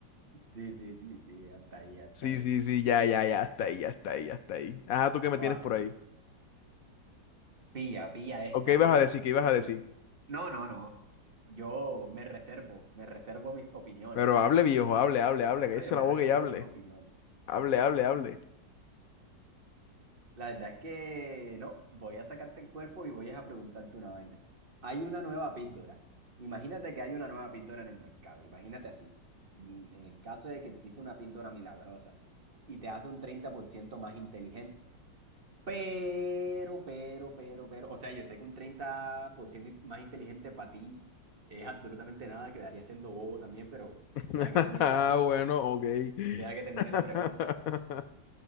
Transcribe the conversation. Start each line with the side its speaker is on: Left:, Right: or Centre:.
Right: Sí, sí, sí, sí, hasta ahí, hasta
Left: Sí,
Right: ahí.
Left: sí, sí, ya, ya, ya, hasta ahí, ya está ahí, ya está ahí. Ajá, ¿tú qué me
Right: Oa,
Left: tienes por ahí?
Right: pilla, pilla esta,
Left: ¿O qué ibas
Right: uf.
Left: a decir? ¿Qué ibas a decir?
Right: Un- No, no, no. Yo me reservo, me reservo mis opiniones.
Left: Pero hable, viejo, hable, hable, hable, cállese
Right: No, yo me
Left: la
Right: reservo
Left: boca y hable.
Right: mis opiniones.
Left: Hable, hable, hable.
Right: La verdad es que no, voy a sacarte el cuerpo y voy a preguntarte una vaina. Hay una nueva píldora. Imagínate que hay una nueva píldora en el mercado. Imagínate así. En en el caso de que existe una píldora milagrosa y te hace un 30% más inteligente. Pero, pero, pero, pero. O sea, yo sé que un 30% in- más inteligente para ti es absolutamente nada. Quedaría siendo bobo también, pero
Left: <laughs>
Right: deja que termine
Left: Ah,
Right: la,
Left: bueno, ok.
Right: <laughs> deja que termine
Left: <laughs>
Right: la pregunta.